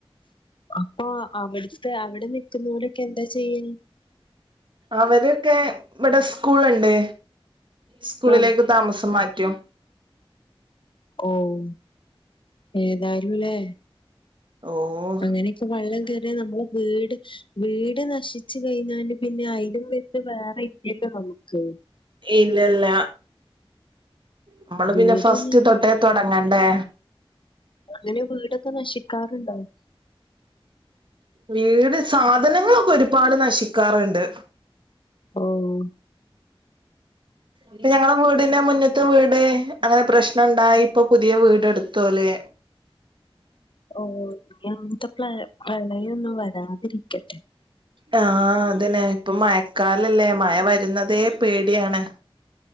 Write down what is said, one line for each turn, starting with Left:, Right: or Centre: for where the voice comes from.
Left: അപ്പൊ അവിടുത്തെ അവിടെ നിക്കുന്നവരൊക്കെ എന്താ ചെയ്യും
Right: അവരൊക്കെ ഇവിടെ സ്കൂൾണ്ട് സ്കൂളിലേക്ക്
Left: ആഹ്
Right: താമസം മാറ്റും
Left: ഓഹ് ഏതായാലുംല്ലേ
Right: ഓഹ്
Left: അങ്ങനെയൊക്കെ വള്ളം കയറിയ നമ്മള് വീട് വീട് നശിച്ചു കഴിഞ്ഞാല് പിന്നെ അയിലും വലുത് വേറെ ഇല്ലല്ലോ നമുക്ക്
Right: ഇല്ലല്ല നമ്മള്
Left: വീട്
Right: പിന്നെ ഫസ്റ്റ്
Left: നി-
Right: തൊട്ടേ തുടങ്ങണ്ടേ
Left: അങ്ങനെ വീടൊക്കെ നശിക്കാറുണ്ടാ
Right: വീട് സാധനങ്ങളൊക്കെ ഒരുപാട് നശിക്കാറുണ്ട്
Left: ഓഹ്
Right: ഇപ്പൊ ഞങ്ങള വീടിന്റെ മുന്നത്ത് വീട് അങ്ങനെ പ്രശ്നുണ്ടായി ഇപ്പൊ പുതിയ വീടെടുത്തോല്
Left: ഓ എന്ത് പ്രളയൊന്നും വരാതിരിക്കട്ടെ
Right: ആഹ് അതന്നെ ഇപ്പൊ മഴക്കാലല്ലേ മഴ വരുന്നതേ പേടിയാണ്